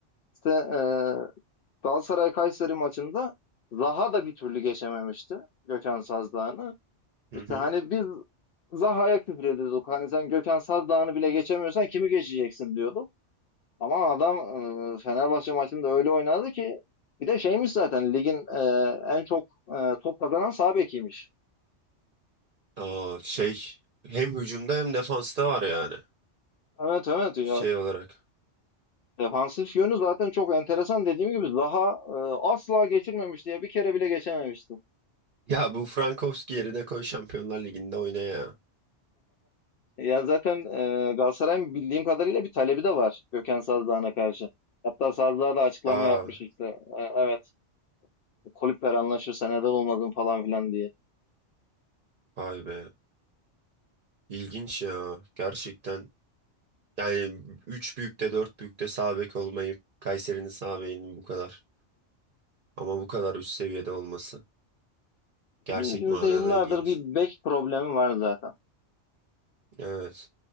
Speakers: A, on the left; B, on the right.
A: işte e, Galatasaray-Kayseri maçında Zaha da bir türlü geçememişti Gökhan Saz
B: Hı
A: İşte
B: hı.
A: hani biz Zaha'ya küfür ediyorduk. Hani sen Gökhan Saz Dağı'nı bile geçemiyorsan kimi geçeceksin diyorduk. Ama adam e, Fenerbahçe maçında öyle oynadı ki bir de şeymiş zaten ligin e, en çok e, top kazanan sağ bekiymiş.
B: Aa, şey hem hücumda hem defansta var yani
A: Evet evet ya
B: şey olarak.
A: defansif yönü zaten çok enteresan dediğim gibi Zaha e, asla geçirmemişti ya bir kere bile geçememişti.
B: Ya bu Frankowski yerine koy Şampiyonlar Ligi'nde oyna ya.
A: Ya zaten e, Galatasaray'ın bildiğim kadarıyla bir talebi de var Gökhan Saz Dağı'na karşı. Hatta Saz Dağı da açıklama
B: Aa
A: yapmış işte. E, evet kulüpler anlaşırsa neden olmasın falan filan diye.
B: vay be. İlginç ya gerçekten. Yani 3 büyükte 4 büyükte sağ bek olmayıp Kayseri'nin sağ bekinin bu kadar. Ama bu kadar üst seviyede olması gerçek
A: Bizim ülkemizde
B: manada
A: yıllardır
B: ilginç.
A: bir bek problemi var zaten.
B: Evet.